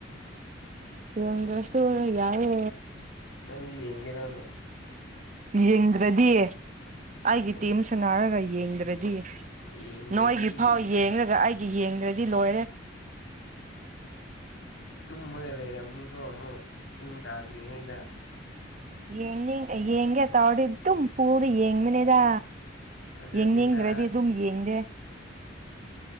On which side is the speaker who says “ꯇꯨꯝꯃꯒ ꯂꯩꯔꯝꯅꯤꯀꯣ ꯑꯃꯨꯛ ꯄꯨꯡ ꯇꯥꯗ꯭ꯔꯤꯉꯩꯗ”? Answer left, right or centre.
Left